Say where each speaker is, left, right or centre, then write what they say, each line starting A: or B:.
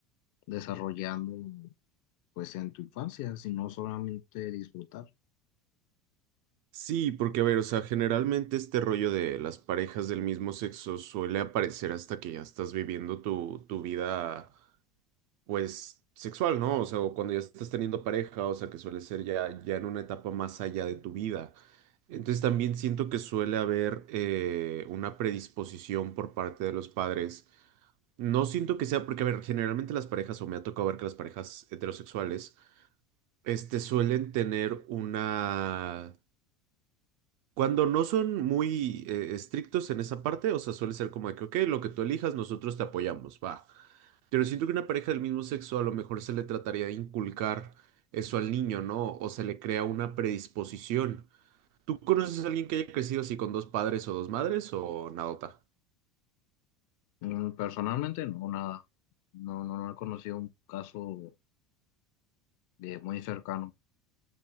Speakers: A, on the left; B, on the right.
A: desarrollando pues en tu infancia, sino solamente disfrutar.
B: Sí, porque a ver, o sea, generalmente este rollo de las parejas del mismo sexo suele aparecer hasta que ya estás viviendo tu, tu vida pues, sexual, ¿no? O sea, o cuando ya estás teniendo pareja, o sea, que suele ser ya, ya en una etapa más allá de tu vida. Entonces también siento que suele haber eh, una predisposición por parte de los padres. No siento que sea porque, a ver, generalmente las parejas, o me ha tocado ver que las parejas heterosexuales, este, suelen tener una... Cuando no son muy eh, estrictos en esa parte, o sea, suele ser como de que, ok, lo que tú elijas, nosotros te apoyamos, va. Pero siento que una pareja del mismo sexo a lo mejor se le trataría de inculcar eso al niño, ¿no? O se le crea una predisposición. ¿Tú conoces a alguien que haya crecido así con dos padres o dos madres o nadota?
A: Mm, Personalmente no, nada, no, no, no he conocido un caso de muy cercano.